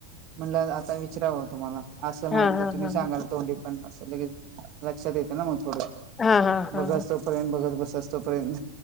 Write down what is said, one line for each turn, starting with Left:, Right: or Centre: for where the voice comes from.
Right: म्हणलं आता विचारावं तुम्हाला असं माहित
Left: हां, हां,
Right: तर तुम्ही
Left: हां,
Right: सांगाल
Left: हां.
Right: तोंडी पण असं लगेच लक्षात येते ना मग थोडं,
Left: हां, हां, हां,
Right: बघसं
Left: हां.
Right: तोपर्यंत बघत बसस तोपर्यंत.